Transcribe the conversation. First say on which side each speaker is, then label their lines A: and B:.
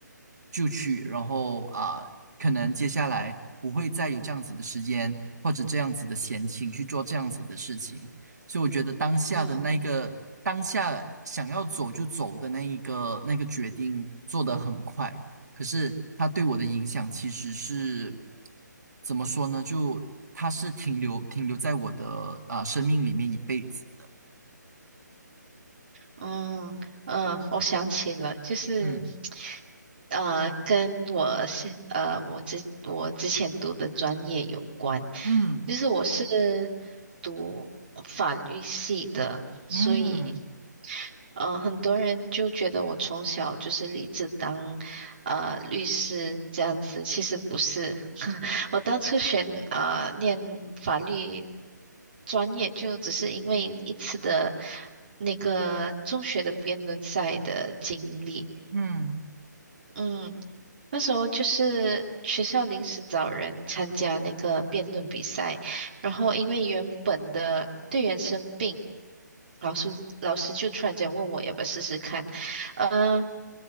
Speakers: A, on the right; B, on the right.
A: 就去，然后啊、可能接下来不会再有这样子的时间或者这样子的闲情去做这样子的事情，所以我觉得当下的那个当下想要走就走的那一个那个决定做得很快。
B: 嗯。
A: 可是它对我的影响其实是怎么说呢？就它是停留停留在我的啊、呃生命里面一辈子的。
B: 嗯嗯，我想起了，就是，
A: 嗯
B: 呃，跟我现呃我之我之前读的专业有关，
A: 嗯
B: 就是我是读法律系的，所以
A: 嗯
B: 嗯，很多人就觉得我从小就是立志当呃律师这样子，其实不是。<laughs> 我当初选呃念法律专业，就只是因为一次的那个中学的辩论赛的经历。
A: 嗯
B: 嗯，那时候就是学校临时找人参加那个辩论比赛，然后因为原本的队员生病，老师老师就突然间问我要不要试试看，嗯，